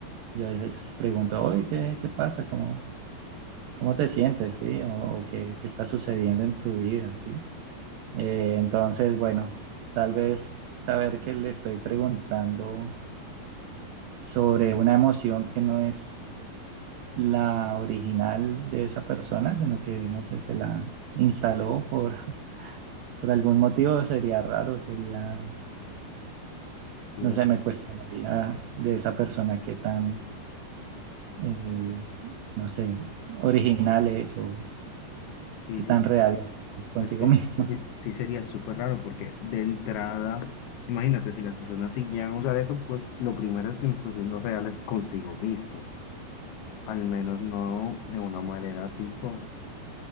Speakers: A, on the right; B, on the left.
A: yo a veces pregunto, oye, ¿qué, qué pasa? ¿Cómo, cómo te sientes? ¿Sí? O, o qué, qué está sucediendo en tu vida, ¿sí? Eh, entonces, bueno, tal vez saber que le estoy preguntando sobre una emoción que no es la original de esa persona, sino que, no sé, se la instaló por, por algún motivo sería raro, sería,
B: Sí,
A: no
B: o-
A: sé, me cuestionaría de esa persona qué tan, eh, no sé, original es o
B: sí,
A: qué
B: sí.
A: tan real es consigo
B: Es que
A: misma.
B: es sí, sí sería súper raro porque de entrada, imagínate, si las personas siguieran a usar eso, pues lo primero es que no están siendo reales consigo mismos. Al menos no de una manera tipo,